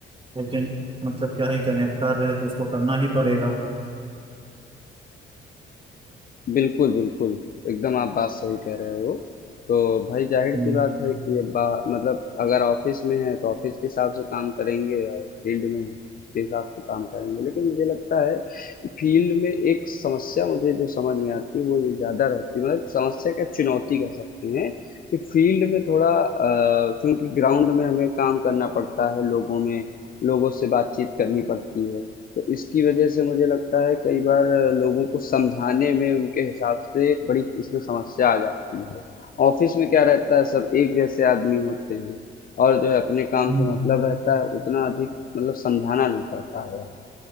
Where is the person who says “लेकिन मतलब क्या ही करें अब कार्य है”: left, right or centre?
Right